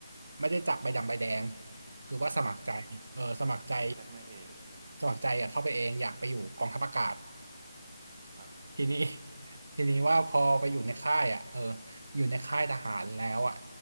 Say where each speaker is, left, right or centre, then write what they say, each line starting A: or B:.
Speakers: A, on the right; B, on the right.
A: ไม่ได้จับใบดำใบแดงคือว่าสมัครใจเออสมัครใจ
B: ครับปักแจ็คมาเอง
A: สมัครใจอะเข้าไปเองอยากไปอยู่กองทัพอากาศ
B: ครับ
A: ทีนี้ <laughs> ทีนี้ว่าพอไปอยู่ในค่ายอ่ะเอออยู่ในค่ายทหารแล้วอ่ะ